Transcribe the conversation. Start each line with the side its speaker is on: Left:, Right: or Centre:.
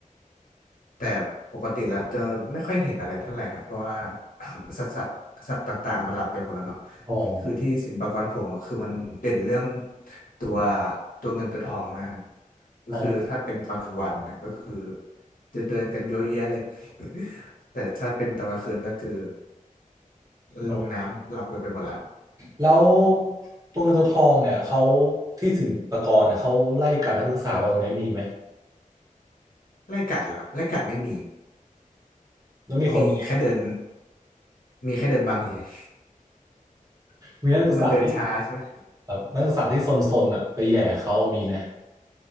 Left: แต่ปกติเราจะไม่ค่อยเห็นอะไรเท่าไหร่ครับเพราะว่า <coughs> <laughs> สัตว์สัตว์สัตว์ต่างๆมันหลับไปหมดแล้วเนาะ
Right: อ๋อ
Left: คือที่ศิลปากรผมอ่ะคือมันเด่นเรื่องตัวตัวเงินตัวทองมากก็คือถ้าเป็นตอนกลางวันนะก็คือ
Right: อ๋
Left: จะเดินกันเยอะแยะเลย <laughs> แต่ถ้าเป็นตอนกลางคืนก็คือ
Right: อ
Left: ลงน้ำหลับกันไปหมดละ
Right: แล้วตัวเงินตัวทองเนี่ยเขาที่ศิลปากรเนี่ยเขาไล่กัดนักศึกษาบ้างไหมมีไหม
Left: ไล่กัดเหรอไล่กัดไม่มี
Right: แล้วมีคน
Left: มีแค่เดินมีแค่เดินบังเฉยๆ
Right: มีนักศึกษาที่
Left: <laughs> คือมันเดินช้าใช่ไหม
Right: แบบนักศึกษาที่ซนๆอ่ะไปแหย่เขามีไหม